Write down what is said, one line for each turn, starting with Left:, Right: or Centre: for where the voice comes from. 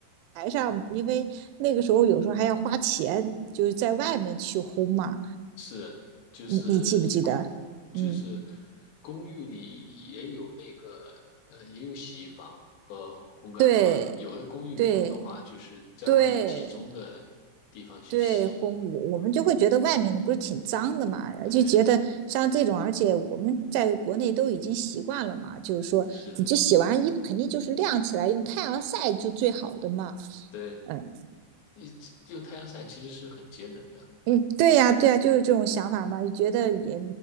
Right: 台上，因为那个时候有时候还要花钱，就是在外面去烘嘛。
Left: 是，就是公，
Right: 你你记不记得？
Left: 就是
Right: 嗯，
Left: 公寓里也有那个，呃，也有洗衣房和烘干房。
Right: 对
Left: 有的公寓没有的话，
Right: 对
Left: 就是在外面集中的地方去洗。
Right: 对对，烘舞，我们就会觉得外面的不是挺脏的嘛，
Left: 对，
Right: 就觉得像这种，而且我们在国内都已经习惯了嘛，就是说，
Left: 是的，
Right: 你这洗完衣服肯定就是晾起来，用太阳晒就最好的嘛，
Left: 对，
Right: 嗯。
Left: 一这种太阳晒其实是很节能的。
Right: 嗯，对呀，对呀，就是这种想法嘛，觉得也